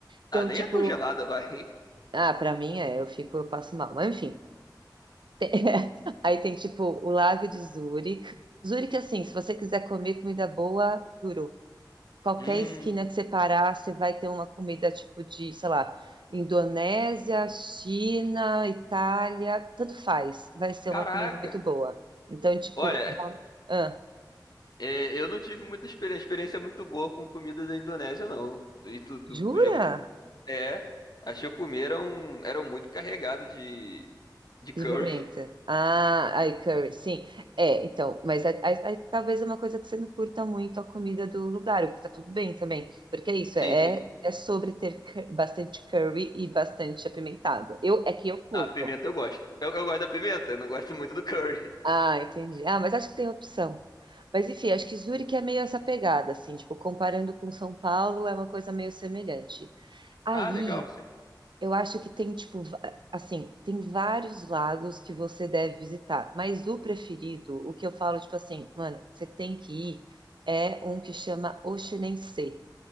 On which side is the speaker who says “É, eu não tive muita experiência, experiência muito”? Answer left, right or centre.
Left